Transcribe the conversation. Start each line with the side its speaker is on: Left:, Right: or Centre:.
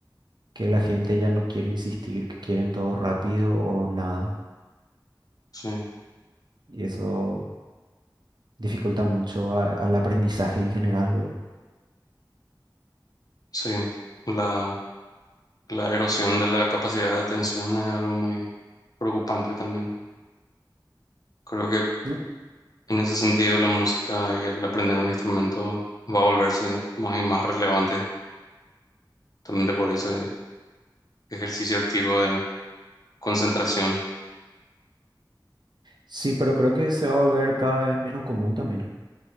Right: que la gente ya no quiere insistir, que quieren todo rápido o nada.
Left: Sí,
Right: Y eso dificulta mucho a- al aprendizaje en general. luego.
Left: sí. La, La erosión de la capacidad de atención es algo muy preocupante también. Creo que
Right: No,
Left: en ese sentido la música y el aprender un instrumento va a volverse más y más relevante, también por ese ejercicio activo de concentración.
Right: Sí, pero creo que se va a volver cada vez menos común también.